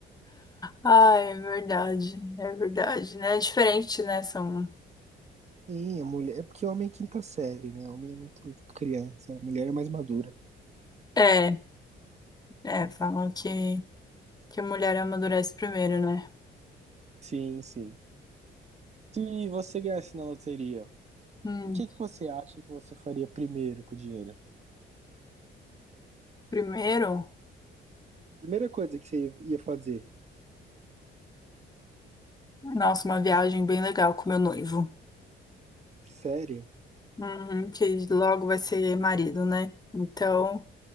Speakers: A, on the left; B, on the right.
A: Ah, é verdade, é verdade, né? É diferente, né? São.
B: Sim, a mulher. É porque o homem é quinta série, né? O Homem é muito criança, a mulher é mais madura.
A: É, é, falam que, que a mulher amadurece primeiro, né?
B: Sim, sim. Se você ganhasse na loteria,
A: Hum,
B: o que, que você acha que você faria primeiro com o dinheiro?
A: primeiro,
B: Primeira coisa que você ia fazer,
A: nossa, uma viagem bem legal com meu noivo.
B: sério?
A: Uhum, que logo vai ser marido, né? Então,